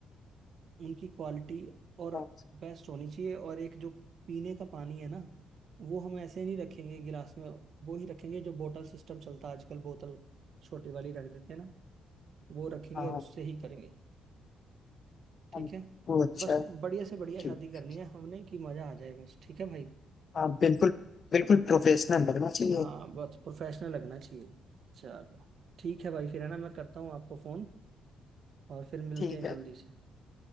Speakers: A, on the right; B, on the left.
A: उनकी क्वालिटी और
B: हाँ
A: बेस्ट होनी चाहिए और एक जो पीने का पानी है ना वो हम ऐसे नहीं रखेंगे गिलास में वो ही रखेंगे जो बोतल सिस्टम चलता है आजकल बोतल छोटी वाली रख देते हैं ना वो रखेंगे
B: हाँ,
A: और उससे ही करेंगे ठीक
B: हाँ,
A: है
B: वो अच्छा
A: बस
B: है
A: बढ़िया से बढ़िया
B: ठीक
A: शादी करनी है हमने कि मजा आ जाए बस ठीक है भाई
B: हाँ बिल्कुल बिल्कुल प्रोफेशनल लगना चाहिए
A: हाँ बस प्रोफेशनल लगना चाहिए चलो ठीक है भाई फिर है ना मैं करता हूँ आपको फोन और फिर मिलते
B: ठीक
A: हैं जल्दी
B: है
A: से